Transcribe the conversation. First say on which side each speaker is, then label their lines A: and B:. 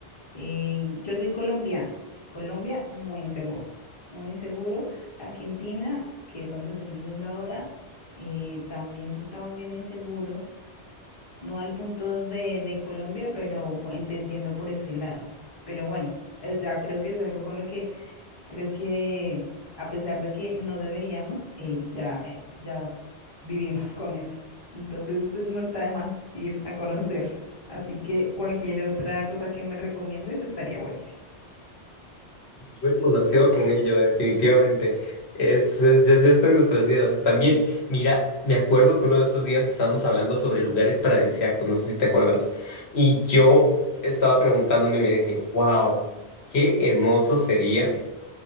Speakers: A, on the left (about 20°); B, on the left (about 70°).
A: Eh, yo soy colombiana. Colombia, muy inseguro. Muy inseguro. Argentina, que es donde estoy viviendo ahora, eh, también se está volviendo inseguro no al punto de, de Colombia, pero bueno, te entiendo por ese lado. Pero bueno, o sea, creo que es algo con lo que creo que a pesar de que no deberíamos, eh, ya, eh, ya vivimos <laughs> con eso. Entonces no está de más ir a conocer. Así que cualquier otra cosa que me recomiendes estaría buenísimo.
B: Hemos nacido con ello, definitivamente. Es, es- ya, ya está en nuestras vidas también. Mira, me acuerdo que uno de estos días estábamos hablando sobre lugares paradisíacos, no sé si te acuerdas. Y yo estaba preguntándome y me dije, wow, qué hermoso sería